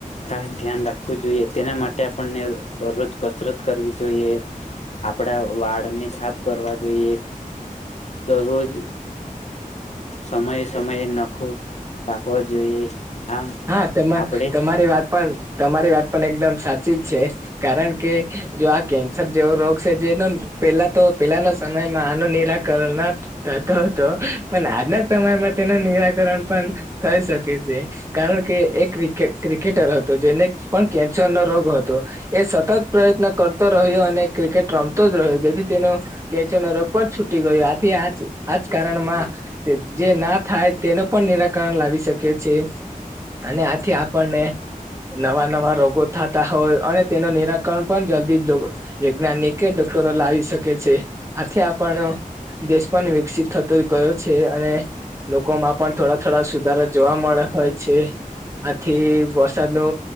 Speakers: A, on the left (about 50°); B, on the right (about 20°).
A: ખાસ ધ્યાન રાખવું જોઈએ તેના માટે આપણને દરરોજ કસરત કરવી જોઈએ આપણા વાળને સાફ કરવા જોઈએ દરરોજ સમયે સમયે નાખો કાપવા જોઈએ આમ
B: હા તમા
A: આપડે
B: તમારી વાત પણ તમારી વાત પણ એકદમ સાચી જ છે કારણ કે જો આ કેન્સર જેવો રોગ છે જે એનો પેલા તો પેલાના સમયમાં આનું નિરાકરણના થતો હતો પણ આજના સમયમાં તેનું નિરાકરણ પણ થઈ શકે છે. કારણ કે એક્ર ક્રિકેટર હતું જેને પણ કેન્સર નો રોગ હતો. એ સતત પ્રયત્ન કરતો રહ્યો અને ક્રિકેટ રમતો જ રહ્યો જેથી તેનો કેચો ઉપ છૂટી ગયો આથી આ આજ કારણમાં જે ના થાય. તેનું પણ નિરાકરણ લાવી શકે છે. અને આથી આપણને નવા નવા રોગો. થતા હોય અને તેનું નિરાકરણ પણ જલ્દી જ વૈજ્ઞાનિક એ ડોક્ટરો લાવી શકે છે આથી આપણ. દેશ પણ વિકસિત થતો ગયો છે અને. લોકોમાં પણ થોડા થોડા સુધારા જોવા મળે હોય છે આથી વરસાદ ન.